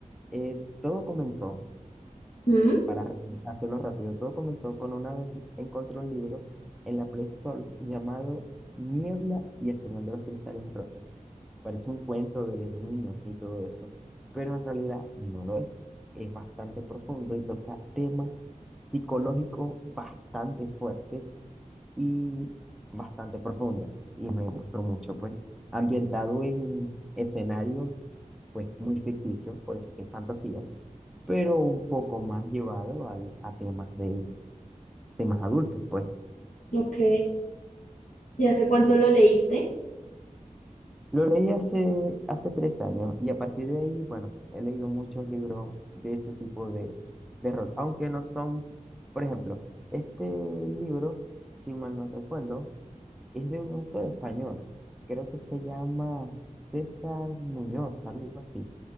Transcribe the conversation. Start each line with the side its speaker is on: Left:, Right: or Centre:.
Centre: Eh, todo comenzó,
Left: Mm,
Centre: para re- hacerlo rápido, todo comenzó con una vez encontré un libro en la Play Store llamado Niebla y el Señor de los Cristales Rotos. Parece un cuento de niños y todo eso, pero en realidad no lo es. Es bastante profundo y toca temas psicológicos bastante fuertes y bastante profundo y me gustó mucho, pues, ambientado en escenario, pues, muy ficticio, por eso que es fantasía, pero un poco más llevado al- a temas de temas adultos, pues.
Left: ok, ¿Ya sé cuánto lo leíste?
Centre: Lo leí hace, hace tres años y a partir de ahí, bueno, he leído muchos libros de ese tipo de, de rol, aunque no son, por ejemplo, este libro, si mal no recuerdo, Es de un autor español. Creo que se llama César Muñoz, algo así.